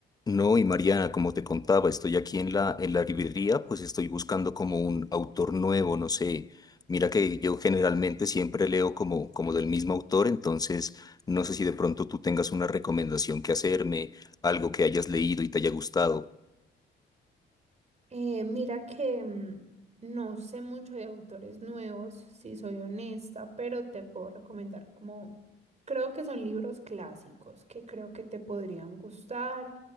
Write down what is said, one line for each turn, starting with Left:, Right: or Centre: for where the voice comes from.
Left: No, y Mariana, como te contaba, estoy aquí en la, en la librería, pues estoy buscando como un autor nuevo, no sé. Mira que yo generalmente siempre leo como, como del mismo autor, entonces no sé si de pronto tú tengas una recomendación que hacerme, algo que hayas leído y te haya gustado.
Right: Eh, mira que mm, no sé mucho de autores nuevos, si soy honesta, pero te puedo recomendar como, creo que son libros clásicos que creo que te podrían gustar.